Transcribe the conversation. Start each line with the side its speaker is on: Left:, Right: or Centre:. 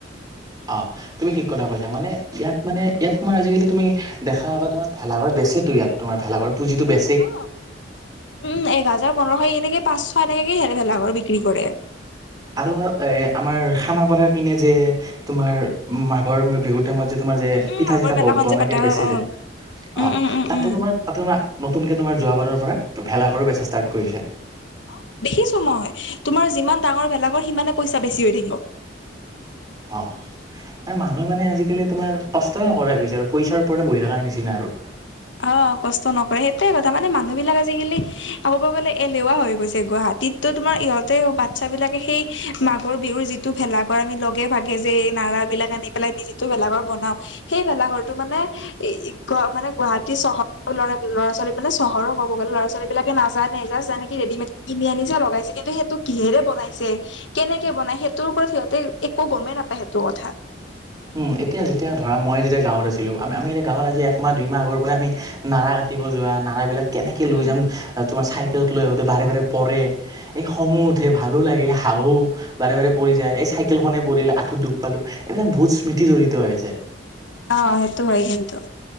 Right: অ'। তুমি ঠিক কথা কৈছা, মানে ইয়াত মানে ইয়াত তোমাৰ আজিকালি তুমি দেখা পাবা তোমাৰ ভেলাঘৰ বেছিতো ইয়াত। তোমাৰ ভেলাঘৰ পুজিটো বে
Left: অ', উম, এক হাজাৰ পোন্ধৰশ এনেকে পাঁচশ এনেকে ভেলাঘৰ বিক্ৰী কৰে।
Right: আৰু মানে এ, আমাৰ খানাপাৰাৰ পিনে যে তোমাৰ মাঘৰ বিহুত যে তোমাৰ যে
Left: উম উম
Right: পিঠা
Left: মাঘৰ
Right: চিঠা
Left: মেলাখন
Right: বনাই
Left: যে পাতে
Right: বেচে
Left: অ অ
Right: যে,
Left: উম
Right: অ',
Left: উম উম
Right: তাতে
Left: উম
Right: তোমাৰ তাতে তোমাৰ নতুনকে তোমাৰ যোৱা বাৰৰ পৰা ভেলাঘৰ বেচা ষ্টাৰ্ট কৰিছে।
Left: অ', দেখিছোঁ মই। তোমাৰ যিমান ডাঙৰ ভেলাঘৰ সিমানে পইচা বেছি হৈ থাকিব।
Right: অ'। মানুহে মানে আজিকালি তোমাৰ কষ্টই নকৰাই হৈ গৈছে, আৰু পইচাৰ ওপৰতে বহি থাকাৰ নিচিনা আৰু।
Left: অ', কষ্ট নকৰে সেইটোৱে কথা মানে মানুহবিলাক আজিকালি ক'ব গ'লে এলেহুৱা হৈ গৈছে। গুৱাহাটীত ত' তোমাৰ ইহঁতে বাচ্ছাবিলাকে সেই মাঘৰ বিহুৰ যিটো ভেলা ঘৰ আমি লগে ভাগে যে এই নাৰাবিলাক আনি পেলাই আমি যিটো ভেলাঘৰ বনাওঁ, সেই ভেলাঘৰ এইটো মানে, এই গু মানে গুৱাহাটীৰ চহৰৰ ল'ৰা ছোৱালী মানে চহৰৰ ক'ব গ'লে ল'ৰাছোৱালীবিলাকে নাজানেই। জাষ্ট যেনেকে ৰেডিমেড কিনি আনিছে লগাইছে কিন্তু সেইটো কিহেৰে বনাইছে, কেনেকে বনাই সেইটোৰ ওপৰত সিহঁতে একো গমেই নাপায় সেইটো কথা।
Right: উম, এতিয়া যেতিয়া ধৰা মই যেতিয়া গাঁৱত আছিলোঁ, আমি যেতিয়া গাঁৱত আজি একমাহ দুই মাহ আগৰ পৰাই আমি নাৰা কাটিব যোৱা, নাৰাবিলাক কেনেকে
Left: উম
Right: লৈ যাম, তোমাৰ চাইকেলত লৈ আহোঁতে বাৰে, বাৰে পৰে। এই খঙো
Left: উম
Right: উঠে ভালো লাগে হাহোঁ বাৰে, বাৰে পৰি যায়। এই চাইকেলখনেই পৰিল, আঁঠুত দুখ পালোঁ। এইবিলাক বহুত স্মৃতি জড়িত হৈ আছে।
Left: অ', সেইটো হয়, কিন্তু